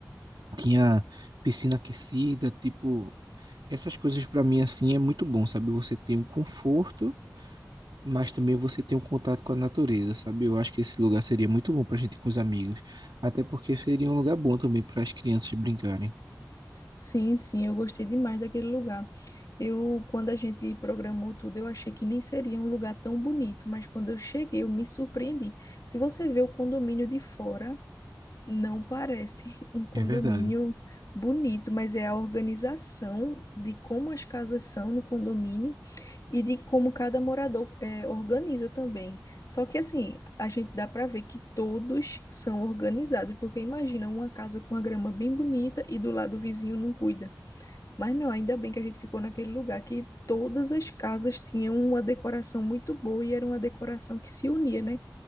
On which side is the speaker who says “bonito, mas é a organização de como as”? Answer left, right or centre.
Left